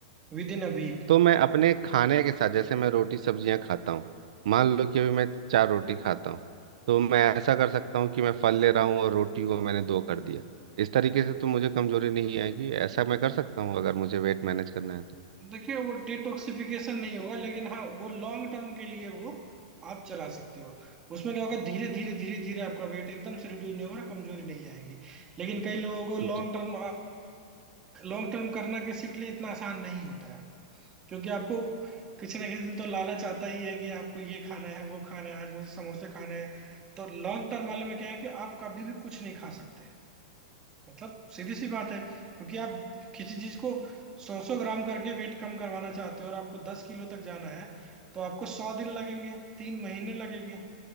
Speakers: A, on the right; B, on the right.
A: विद इन अ वीक
B: तो मैं अपने खाने के साथ जैसे मैं रोटी सब्जियां खाता हूँ मान लो कि अभी मैं चार रोटी खाता हूँ तो मैं ऐसा कर सकता हूँ कि मैं फल ले रहा हूँ और रोटी को मैंने दो कर दिया इस तरीके से तो मुझे कमजोरी नहीं आएगी ऐसा मैं कर सकता हूँ अगर मुझे वेट मैनेज करना है तो
A: देखिए वो डिटॉक्सिफिकेशन नहीं होगा लेकिन हाँ वो लॉन्ग टर्म के लिए वो आप चला सकते हो उसमें क्या होगा धीरे धीरे धीरे धीरे आपका वेट एकदम से रिड्यूस नहीं होगा कमजोरी नहीं आएगी लेकिन कई लोगों को लॉन्ग
B: जी
A: टर्म लॉन्ग टर्म करना किसी के लिए इतना आसान नहीं होता है क्योंकि आपको किसी ना किसी दिन तो लालच आता ही है कि आपको ये खाना है वो खाना है आज मुझे समोसे खाने हैं तो लॉन्ग टर्म वाले में क्या है कि आप कभी भी कुछ नहीं खा सकते मतलब सीधी सी बात है क्योंकि आप किसी चीज को सौ सौ ग्राम करके वेट कम करवाना चाहते हो और आपको दस किलो तक जाना है तो आपको सौ दिन लगेंगे तीन महीने लगेंगे